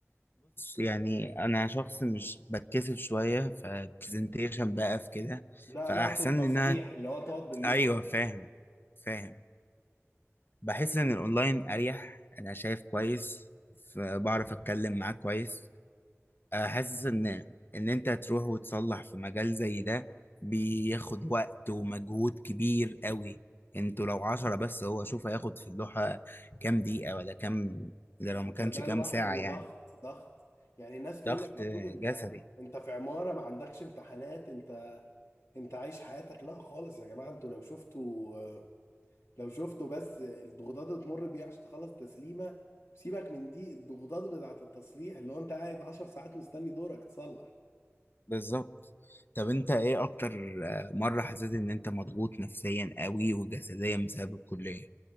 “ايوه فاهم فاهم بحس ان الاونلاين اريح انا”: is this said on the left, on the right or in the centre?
Left